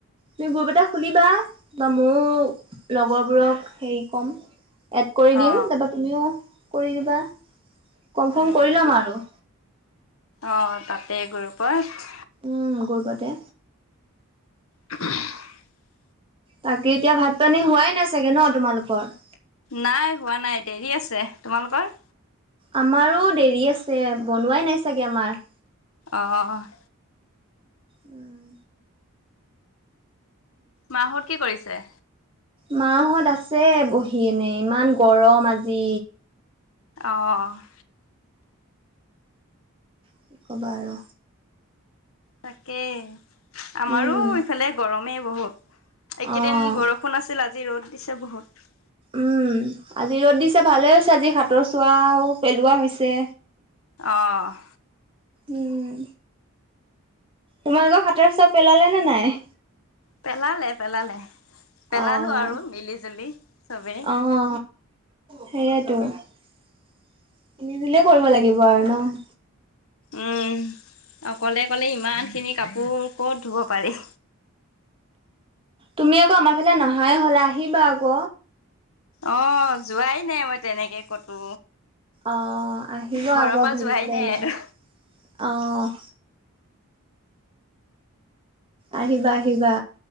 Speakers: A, on the right; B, on the left.
A: তুমি গ্ৰুপ এটা খুলিবা বা মোৰ লগৰবোৰক হেৰি কম। এড কৰি
B: অ
A: দিম তাৰপা তুমিও কৰি দিবা, কনফাৰ্ম
B: উম।
A: কৰি ল'ম আৰু।
B: অ' তাতে গ্ৰুপত।
A: উম গ্ৰুপতে
B: <unintelligible>
A: বাকী, এতিয়া ভাত পানী হোৱাই নাই চাগে ন তোমালোকৰ?
B: নাই হোৱা নাই দেৰি আছে। তোমালোকৰ?
A: আমাৰো দেৰি আছে, বনোৱাই নাই চাগে আমাৰ।
B: অহ'।
A: উম।
B: মা হত কি কৰিছে?
A: মা হত আছে বহি কেনে ইমান গৰম আজি।
B: অঁ'
A: কি ক'বা আৰু।
B: তাকেই আমাৰো
A: উম
B: ইফালে গৰমেই বহুত। এই কেইদিন
A: অ'।
B: বৰষুণ আছিল আজি ৰ'দ দিছে বহুত।
A: উম'। আজি ৰ'দ দিছে ভালে হৈছে আজি হাতৰ চোৱাও পেলোৱা হৈছে।
B: অঁ'।
A: উম। তোমালোকক হাতৰ চোৱা পেলালে নে নাই?
B: পেলালে, পেলালে। পেলালো
A: অহ'
B: আৰু মিলি জুলি চবেই
A: অহ' অ সেইতো। নিদিলেও কৰিব লাগিব আৰু ন?
B: উম। অকলে অকলে ইমানখিনি কাপোৰ ক'ত ধুব পাৰি।
A: তুমি আকৌ আমাৰ ফালে নহাই হলা আহিবা আক।
B: অ' যোৱাই নাই মই তেনেকে কতো।
A: অঁ আহিব
B: ঘৰৰ
A: আক
B: পৰা
A: ঘূৰিবলে
B: যোৱাই নাই
A: এনেই,
B: আৰু
A: অঁ আহিবা আহিবা